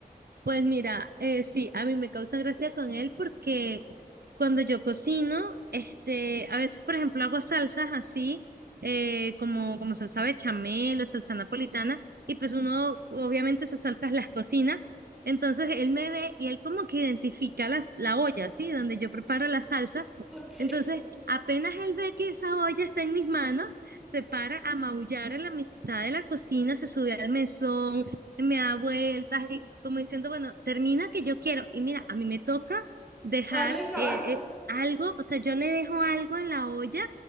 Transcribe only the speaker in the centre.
Mm,
Ok.
¿Darle a probar?